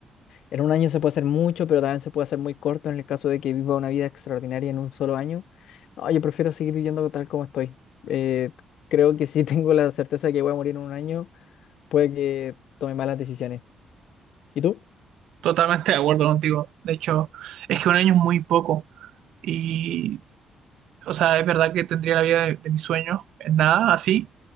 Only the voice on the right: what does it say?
Totalmente de acuerdo contigo. De hecho, es que un año es muy poco. Y, o sea, es verdad que tendría la vida de, de mis sueños en nada, así.